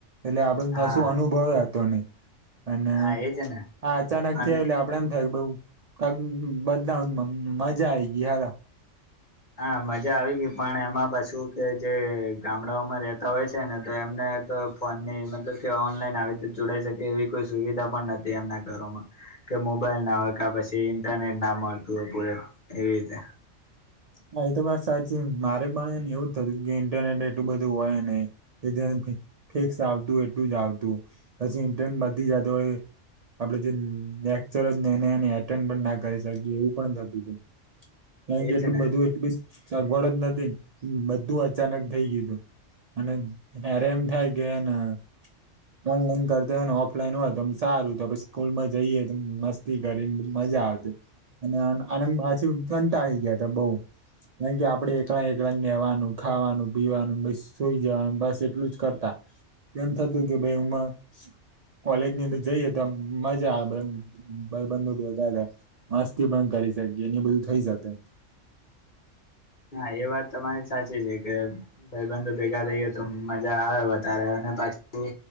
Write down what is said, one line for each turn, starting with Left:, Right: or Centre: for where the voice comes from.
Right: એટલે આપણે
Left: હા
Right: કોઈ અનુભવ હતો નહીં. અને
Left: હા એજ ને
Right: આ અચાનકથી
Left: અને
Right: <inaudible> આપણે એમ થઈ ગયું કે બદલામાં મજા આવી ગઈ હાલો
Left: હા મજા આવી ગઈ પણ એમાં પાછું કે જે ગામડાઓમાં રહેતા હોય છે ને તો એમને તો ફોનની મતલબ કે ઓનલાઈન આવી રીતે જોડાઈ શકે એવી કોઈ સુવિધા પણ નથી એમના ઘરોમાં કે મોબાઈલ ના હોય કે પછી ઇન્ટરનેટ ના મળતું હોય પૂરુ એવી રીતે
Right: હા એ તો વાત સાચી મારે પણ એવું જ થતું કે ઇન્ટરનેટ એટલું બધું હોય નય એ જે ફિક્સ આવતું હોય એટલું જ આવતું પછી ઇન્ટર વધી જતુ હોય આપણેે જે લેક્ચરને અટેન્ડ પણ ના કરી શકીએ એવું પણ થતું હતું કારણ
Left: એ
Right: કે એટલી
Left: છે ને
Right: બઘી સગવડ જ નથી ને બધું અચાનક થઇ ગયું તુ અને જ્યારે એમ થાય કે ના આ ઓનલાઈન કરતા ને ઓફલાઈન હોય તો સારું સ્કૂલ માં જઈએ તો મસ્ત મસ્તી કરીને મજા આવતી અને <inaudible> પાછા કંટાળી ગયા તો બઉ કે આપણે એકલા લાનેવાનું ખાવાનું પીવાનું સુઈ જવાનું બસ એટલું જ કરતા એમ થતું કે ભાઈ એમાં કોલેજ ની અંદર જઈએ તો આમ મજા આવે ભાઈબંધો બેઠા તા મસ્તી પણ કરી શકીએ એને બધું થઈ શકે
Left: હા એ વાત તમારી સાચી છે કે ભાઈબંધો ભેગા રહીએ તો મજા આવે વધારે અને પાછું